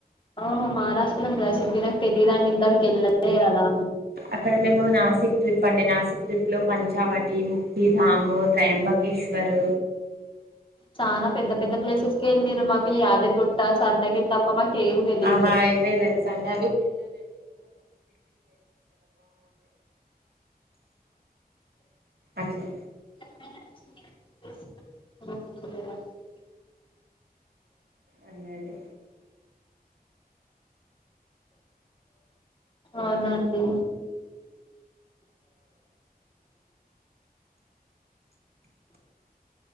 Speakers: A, on the left; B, on the right.
A: ఆహ మహారాష్ట్రలో <unintelligible> నాకు తెలీదండి గెళ్ళలే కదా
B: అక్కడ మేము నాసిక్ ట్రిప్ అండి నాసిక్ ట్రిప్ లో పంచావటి ముక్తి ధాము త్రయంబకేశ్వర్
A: చానా పెద్ద పెద్ద ప్లేసెస్ కె ఎల్లేరు. మాకు ఈ యాదిరిగుట్ట స్వామి దగ్గరికి తప్ప మాకు ఏం తెలీదు
B: ఆహా ఇవే తెలుసండి అట్ల
A: <inaudible>
B: అదే అదే
A: ఆ అదండీ